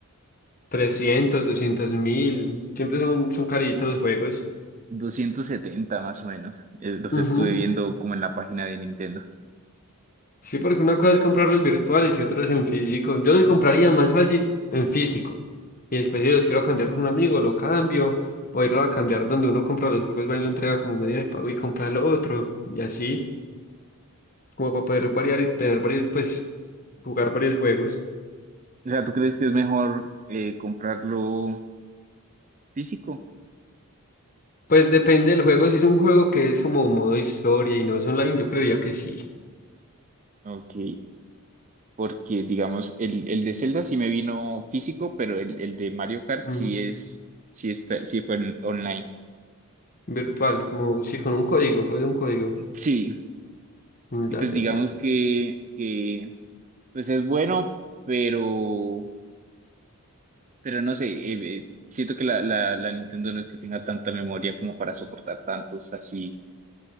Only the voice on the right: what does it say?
270 más o menos, eh, los
estuve viendo como en la página de Nintendo.
O sea, ¿tú crees que es mejor eh, comprarlo físico?
Ok, porque digamos, el, el de Zelda sí me vino físico, pero el, el de Mario Kart
sí es, sí está, sí fue en- online.
Sí,
y
pues
digamos
que, que pues es bueno, pero Pero no sé, eh, eh, siento que la, la, la Nintendo no es que tenga tanta memoria como para soportar tantos así.